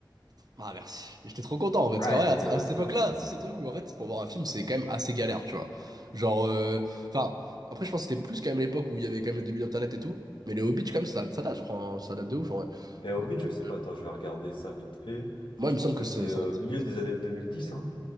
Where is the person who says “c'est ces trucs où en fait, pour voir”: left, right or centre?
Right